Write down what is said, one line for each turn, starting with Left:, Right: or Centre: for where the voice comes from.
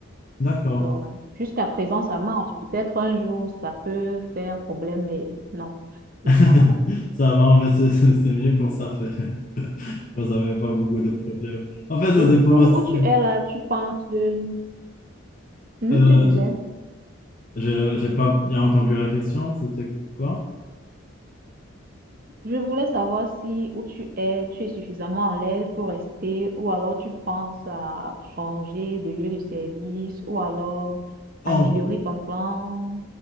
Left: d'accord.
Right: Donc, jusqu'à présent, ça marche. Peut-être un jour, ça peut faire problème, mais non, je
Left: <laughs>
Right: ne pense pas.
Left: Ça va, en fait, c'est c'est- c'est mieux quand ça fait, <laughs> quand ça fait pas beaucoup de problèmes. En fait, ça
Right: Et
Left: dépend
Right: du coup,
Left: aussi.
Right: où tu es là, tu penses, euh, hmm,
Left: Euh,
Right: tu disais,
Left: je- je- j'ai pas bien entendu la question, c'était quoi?
Right: je voulais savoir si où tu es, tu es suffisamment à l'aise pour rester, ou alors tu penses à changer de lieu de service, ou alors
Left: En-
Right: améliorer ton plan,